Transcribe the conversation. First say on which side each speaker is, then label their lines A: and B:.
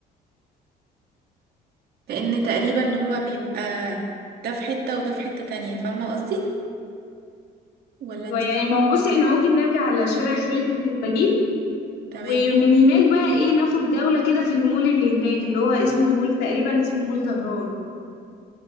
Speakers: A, on the right (about 70°); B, on the left (about 80°).
A: لان تقريبا هو بيبقى ده في حتة وده في حتة تانية فاهمة قصدي ولا انت
B: أيوة، يعني ما هو بص احنا ممكن نرجع على شارع خالد بن الوليد
A: تمام
B: ومن هناك بقى ايه ناخد جولة كده في المول اللي هناك اللي هو اسمه مول تقريبا اسمه مول زهران